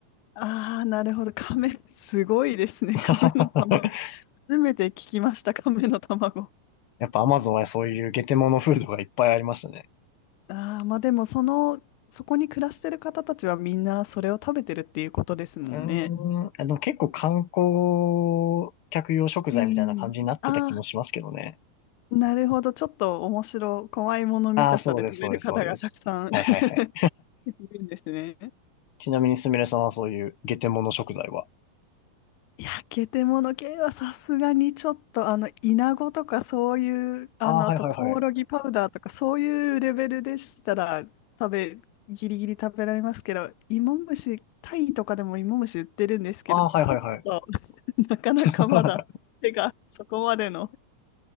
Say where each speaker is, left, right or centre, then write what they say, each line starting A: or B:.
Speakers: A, on the left; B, on the left.
A: ああ、なるほど。亀、すごいですね。
B: <laughs>
A: 亀の卵。初めて聞きました、亀の卵。
B: やっぱ Amazon はそういうゲテモノフードがいっぱいありましたね。
A: ああ、まあでも、その、そこに暮らしてる方たちはみんなそれを食べてるっていうことですもんね。
B: うーん、あの結構観光客用食材みたいな感じになってた気もしますけどね。
A: ええああ、なるほど。ちょっと面白、怖いもの見たさで食べる方がたくさん
B: ああ、そうです、そうです、そうです。はいはいはい。
A: <laughs> いるんですね。
B: ちなみにすみれさんはそういうゲテモノ食材は
A: 焼けてもの系はさすがにちょっと、あの、イナゴとかそういう、あの、
B: ああー、
A: あとコオロギパウダーとかそういうレベルでしたら、
B: はいはいはい。
A: 食べ、ギリギリ食べられますけど、芋虫、タイとかでも芋虫売ってるんですけど、
B: ああ、
A: ちょっと
B: はいはいはい。
A: <laughs> なかなかまだ手がそこまでの
B: <laughs>